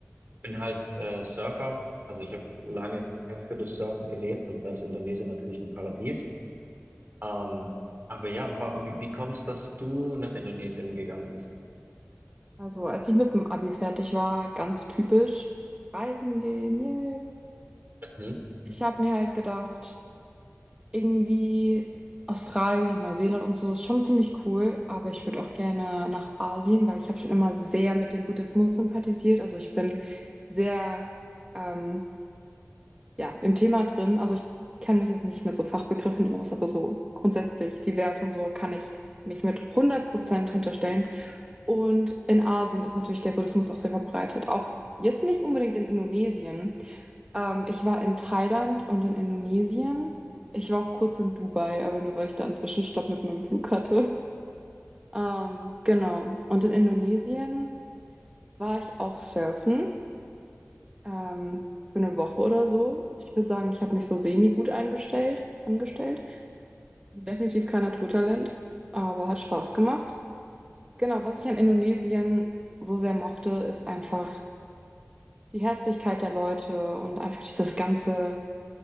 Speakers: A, on the right (about 40°); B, on the right (about 20°).
A: Bin halt äh, Surfer. Also ich habe lange für das Surfen gelebt und da ist Indonesien natürlich ein Paradies. Ähm, aber ja, wa- wie, wie kommst dass du nach Indonesien gegangen bist?
B: Also, als ich mit dem Abi fertig war, ganz typisch, reisen gehen, yay.
A: Mhm.
B: Ich habe mir halt gedacht, irgendwie Australien und Neuseeland und so ist schon ziemlich cool, aber ich würde auch gerne nach Asien, weil ich habe schon immer sehr mit dem Buddhismus sympathisiert. Also, ich bin sehr ähm, ja, im Thema drin. Also ich kenne mich jetzt nicht mit so Fachbegriffen aus, aber so grundsätzlich die Werte und so kann ich mich mit hundert Prozent hinterstellen. Und in Asien ist natürlich der Buddhismus auch sehr verbreitet. Auch jetzt nicht unbedingt in Indonesien. Ähm, ich war in Thailand und in Indonesien. Ich war auch kurz in Dubai, aber nur weil ich da einen Zwischenstopp mit meinem Flug hatte. Ähm, genau. Und in Indonesien war ich auch surfen ähm, für eine Woche oder so. Ich würde sagen, ich habe mich so semi-gut eingestellt, angestellt. Definitiv kein Naturtalent, aber hat Spaß gemacht. Genau, was ich an Indonesien so sehr mochte, ist einfach die Herzlichkeit der Leute und einfach dieses ganze,